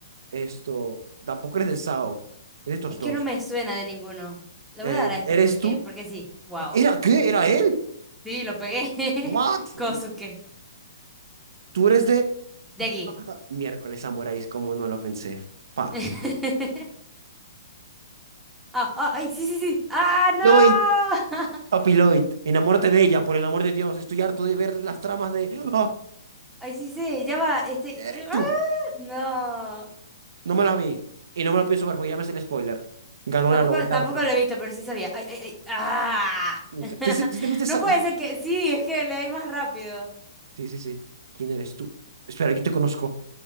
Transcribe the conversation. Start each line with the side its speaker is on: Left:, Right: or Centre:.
Right: Esto, tampoco eres de Sao. Es de estos
Centre: es
Right: dos.
Centre: que no me suena de ninguno. Le
Right: Eh,
Centre: voy a dar a este
Right: ¿eres
Centre: porque,
Right: tú?
Centre: porque sí. Wow.
Right: ¿Era qué? ¿Era él?
Centre: Sí, lo pegué. <laughs>
Right: ¿What?
Centre: Kosuke.
Right: ¿Tú eres de...?
Centre: De
Right: <laughs>
Centre: aquí.
Right: Miércoles, samuráis, como no lo pensé. Pa.
Centre: <laughs> Ah, ah, ay, sí, sí, sí. ¡Ah, no!
Right: ¡No!
Centre: <laughs>
Right: Papi Lloyd, enamórate de ella, por el amor de Dios. Estoy harto de ver las tramas de. ¡Ah!
Centre: Ay, sí, sí. Ya va. Este.
Right: Eh,
Centre: ¡Ah!
Right: tú,
Centre: No.
Right: no me la vi. Y no me la pienso ver porque ya me hace el spoiler. Ganó
Centre: Tampoco,
Right: la, lo- la
Centre: tampoco
Right: otra.
Centre: lo he visto, pero sí sabía. Ay, ay, ay. ¡Ah!
Right: Mi
Centre: <laughs>
Right: ca- ¿Te, te- te viste esa-
Centre: No puede ser que. Sí, es que le doy más rápido.
Right: Sí, sí, sí. ¿Quién eres tú? Espera, yo te conozco.